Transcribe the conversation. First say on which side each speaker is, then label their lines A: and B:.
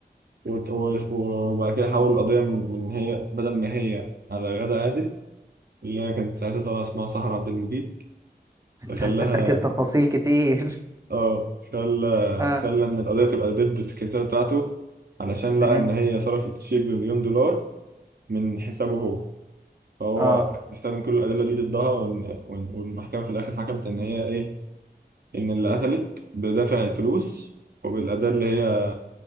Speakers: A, on the right (about 60°); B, on the right (about 20°).
A: وت- وش- وبعد كده حول القضيه من من هي بدل ما هي على غادة عادل اللي هي كانت ساعتها طالعه اسمها سهر عبد المجيد
B: <laughs>
A: فخلاها
B: انت فاكر تفاصيل كتير
A: اه خلى
B: <laughs> اه
A: خلى ان القضيه تبقى ضد السكرتيره بتاعته علشان
B: فهمت
A: لقى ان هي صرفت شيك بمليون دولار من حسابه هو فهو
B: اه
A: استخدم كل الادله دي ضدها وإن- وإن- والمحكمه في الاخر حكمت ان هي ايه ان اللي قتلت بدافع الفلوس وبالاداه اللي هي